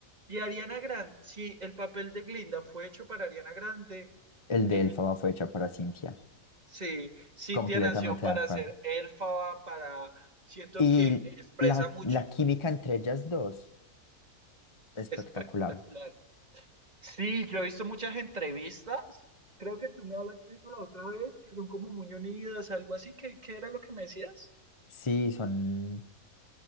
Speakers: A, on the right; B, on the left.
A: y Ariana Grande, si el papel de Glinda fue hecho para Ariana Grande,
B: El de
A: eh,
B: Elfaba fue hecha para Cintia.
A: sí, Cintia
B: Completamente
A: nació para
B: de acuerdo.
A: ser Elfaba, para, siento
B: Y
A: que expresa
B: la,
A: mucho,
B: la química entre ellas dos, espectacular.
A: espectacular. Sí, yo he visto muchas entrevistas. Creo que tú me hablaste de eso la otra vez, que son como muy unidas, algo así. ¿Qué, qué era lo que me decías?
B: Sí, son,